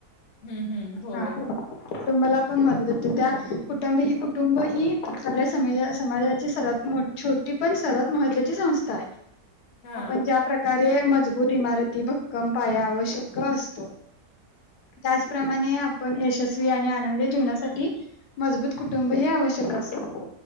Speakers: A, on the left; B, on the left.
A: हम्म हम्म होय.
B: हा कुटुंबाला आपण महदत होत त्या कुटुंब ह कुटुंब ही आपल्या स समाजाची सर्वात मो छोटी पण सर्वात महत्त्वाची संस्था आहे.
A: हा
B: आपण ज्या प्रकारे मजबूत इमारती भक्कम पाया आवश्यक उभा असतो त्याचप्रमाणे आपण यशस्वी आणि आनंद जीवनासाठी मजबूत कुटुंब हे आवश्यक असत.